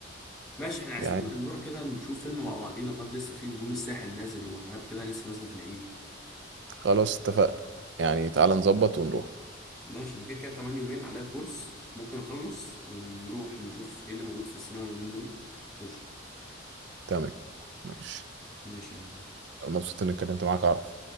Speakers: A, in the centre; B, on the right.
A: ماشي احنا عايزين
B: يعني
A: نبقى نروح كده نشوف فيلم مع بعضينا طب لسه في نجوم الساحل نازل وحاجات كده لسه نازله في العيد
B: خلاص اتفقنا يعني تعالى نظبط ونروح
A: ماشي انا كده كده كمان يومين عليا كورس ممكن اخلص ونروح نشوف ايه اللي موجود في السينما اليومين دول خش
B: تمام ماشي
A: ماشي يا جو
B: مبسوط اني اتكلمت معاك اعرف